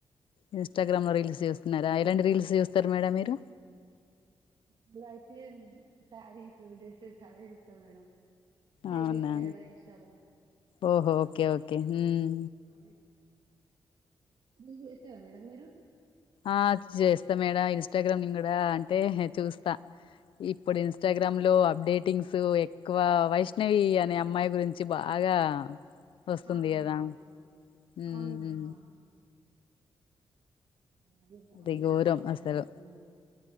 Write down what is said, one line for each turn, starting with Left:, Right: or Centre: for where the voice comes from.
Left: ఇన్స్టాగ్రామ్ లో రీల్స్ చేస్తున్నారు ఆయ రెండు రీల్స్ చూస్తారు మేడం మీరు
Right: ఇప్పుడు అయితే శారీసు డ్రెస్సెస్ అవే చూస్తాం మేడం సేల్
Left: అవునా
Right: చేస్తారు కదా ఇన్స్టాలో
Left: ఓహో ఓకే ఓకే హ్మ్
Right: అవే మీరు చేస్తారా మేడం మీరు
Left: ఆ చేస్తా మేడం ఇన్స్టాగ్రామ్ నేను కూడా అంటే చూస్తా ఇప్పుడు ఇన్స్టాగ్రామ్ లో అప్డేటింగ్స్ ఎక్కువ వైష్ణవి అనే అమ్మాయి గురించి బాగా వస్తుంది
Right: ఆ అవునవును
Left: కదా మ్మ్
Right: అవును మేడం అవును అదే బా
Left: అది
Right: ఆ మేటరే
Left: ఘోరం
Right: బాగ
Left: అసలు
Right: వస్తుంది మేడం